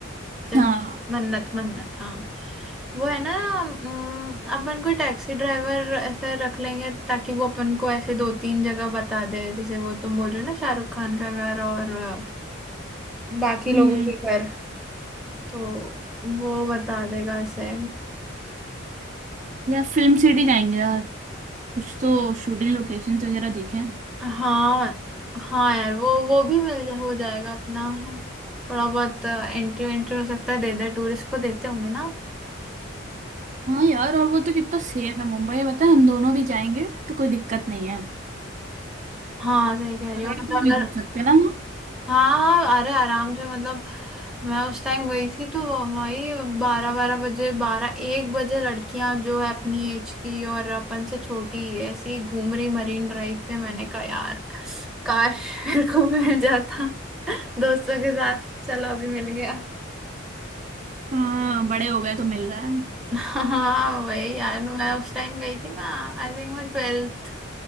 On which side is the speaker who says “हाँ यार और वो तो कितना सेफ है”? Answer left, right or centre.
Right